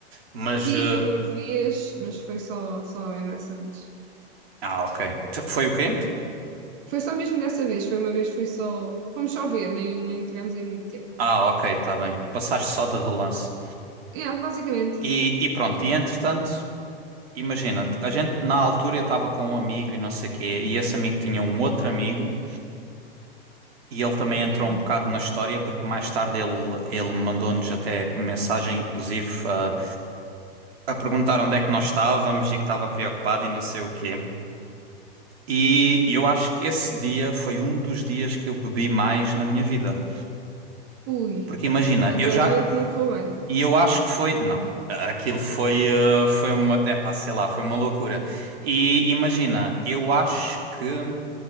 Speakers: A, on the right; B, on the right.
A: Mas,
B: Tive
A: eh,
B: uma vez, mas foi só, só mesmo essa vez.
A: ah, ok. T- Foi o quê?
B: Foi só mesmo dessa vez, foi uma vez, foi só. Fomos só ver, nem, nem tivemos aí muito tempo.
A: Ah, ok, está bem. Passaste só de relance.
B: Yeah, basicamente.
A: E, e pronto, e entretanto, imagina, a gente na altura eu estava com um amigo e não sei o quê, e esse amigo tinha um outro amigo. E ele também entrou
B: Hum.
A: um bocado na história, porque mais tarde ele, ele mandou-nos até mensagem, inclusive, a, a perguntar onde é que nós estávamos e que estava preocupado e não sei o quê. E eu acho que esse dia foi um dos dias que eu bebi mais na minha vida.
B: Ui,
A: Porque imagina,
B: já
A: eu
B: estou
A: já.
B: a ver que não correu bem.
A: E eu acho que foi. Não, aquilo foi. eh, Foi uma. É pá, sei lá, foi uma loucura. E imagina, eu acho que.